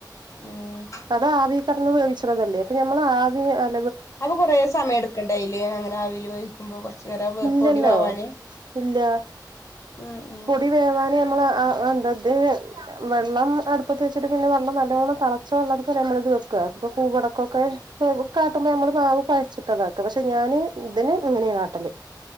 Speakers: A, on the left; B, on the right.
A: ആഹ്
B: അതാവി കിടന്ന് ച്ചണതല്ലേ അപ്പ ഞമ്മളാദ്യം
A: അപ്പ കൊറേ സമയം എടുക്കണ്ടേ അയില് അങ്ങനെ ആവീല് വേവിക്കുമ്പോ ച്ച്രാ
B: ഇല്ലല്ലോ
A: പൊടി വേവാന്
B: ഇല്ല
A: ഉം ഉം
B: പൊടി വേവാന് നമ്മള് ആ എന്താ ദ് എ വെള്ളം അടുപ്പത്ത് വെച്ചിട്ട് പിന്നെ വെള്ളം നല്ലോണം തളച്ച <unintelligible> നമ്മള്ത് വെക്ക ഇപ്പൊ പൂവടക്കൊക്കെ <inaudible> കാട്ടുമ്പോ നമ്മള് മാവ് കൊഴച്ചിട്ട്താട്ടും പക്ഷെ ഞാന് ഇതിന് ഇങ്ങനെയ കാട്ടല്